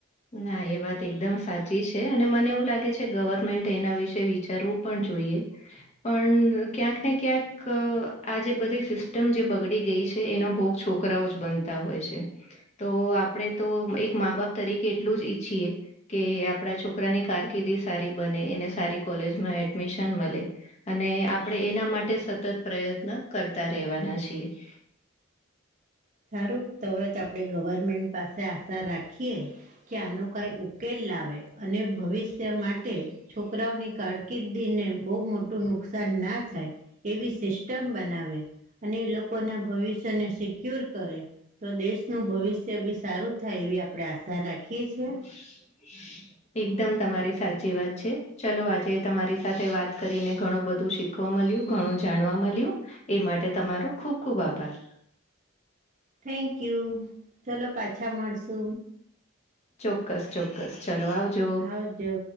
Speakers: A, on the left; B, on the right.
A: ના એ વાત એકદમ સાચી છે. અને મને એવું લાગે છે ગવર્મેન્ટ એના વિશે વિચારવું પણ જોઈએ, પણ ક્યાંક ને ક્યાંક આજે બધી સિસ્ટમ જે બગડી ગઈ છે એનો ભોગ છોકરાઓ જ બનતા હોય છે તો આપણે તો એક મા બાપ તરીકે એટલું જ ઈચ્છીએ કે આપણા છોકરાની કારકિર્દી સારી બને એને સારી કોલેજમાં એડમિશન મલે અને આપણે એના માટે સતત પ્રયત્ન કરતા રહેેવાના છીએ. <unintelligible>
B: સારું તવે જ આપણેે ગવર્મેન્ટ પાસે આશા રાખીએ કે આનો કઈ ઉકેલ લાવે અને ભવિષ્ય માટે છોકરાઓની કારકિર્દીને બહુ મોટું નુકસાન ના થાય એવી સિસ્ટમ બનાવે અને લોકોના ભવિષ્યને સિક્યોર કરે તો દેશનુ ભવિષ્ય બી સારું થાય એવી આપડે આશા રાખીએ. છીએ
A: હમ. એકદમ તમારી સાચી વાત છે ચલો આજે તમારી સાથે વાત કરીને ઘણું બધું શીખવા મળે. ઘણું જાણવા મળ્યું એ માટે તમારો ખૂબ ખૂબ આભાર.
B: થેન્ક યુ ચલો પાછા મળશુ.
A: ચોક્કસ ચોક્કસ ચલો આવજો.
B: આવજો